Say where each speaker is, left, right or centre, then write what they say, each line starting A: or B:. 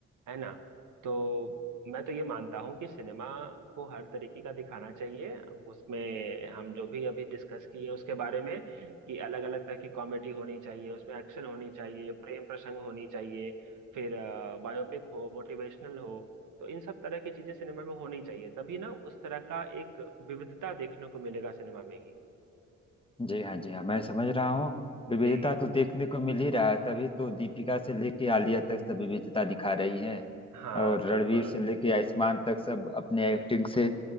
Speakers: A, on the right; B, on the left.
A: है ना तो मैं तो ये मानता हूँ कि सिनेमा को हर तरीके का दिखाना चाहिए उसमें हम जो भी अभी डिस्कस किए उसके बारे में कि अलग अलग तरह की कॉमेडी होनी चाहिए उसमें एक्शन होनी चाहिए प्रेम प्रसंग होनी चाहिए फिर बायोपिक हो मोटिवेशनल हो तो इन सब तरह की चीजें सिनेमा में होनी चाहिए तभी ना उस तरह का एक विविधता देखने को मिलेगा सिनेमा में ही
B: जी हाँ जी हाँ मैं समझ रहा हूँ विविधता
A: जी
B: तो देखने को मिल ही रहा है तभी तो दीपिका से लेके आलिया तक सब विविधता दिखा रही हैं
A: हाँ
B: और
A: बिल्कुल
B: रणवीर से लेके आयुष्मान तक सब अपने एक्टिंग से